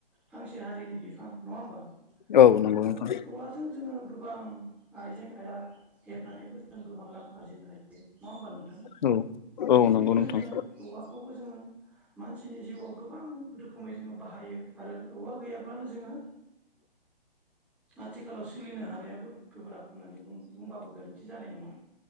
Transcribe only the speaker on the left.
औ नंगौ
नोंथां
औ औ
नंगौ
नोंथां